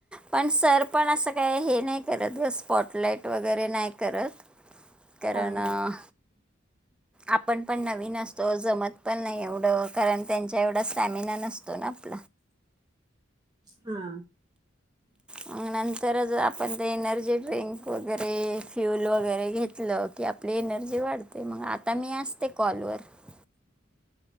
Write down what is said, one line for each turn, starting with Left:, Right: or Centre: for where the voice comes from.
Centre: पण सर पण असं काय हे नाही करत स्पॉट डेट वगैरे नाही करत.
Right: <inaudible>
Centre: करणं...
Right: हा <inaudible>
Centre: आपण पण नवीन असतो जमत पण नाही एवढं कारण त्यांच्या एवढा स्टॅमिना नसतो ना आपला.
Right: हा.. <inaudible>
Centre: मग नंतरच आपण ते एनर्जी ड्रिंक वगैरे फ्युल वगैरे घेतलं की आपली ए एनर्जी वाढते मग आता मी असते कॉल वर. <unintelligible>
Right: <inaudible>